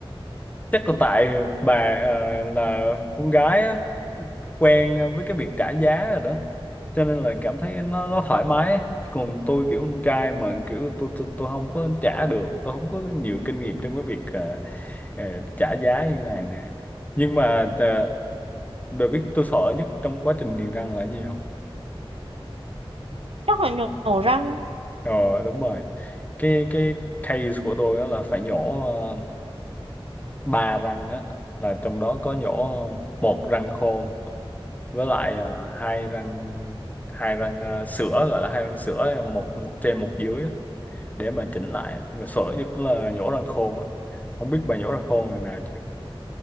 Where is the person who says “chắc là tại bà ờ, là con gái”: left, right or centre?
Left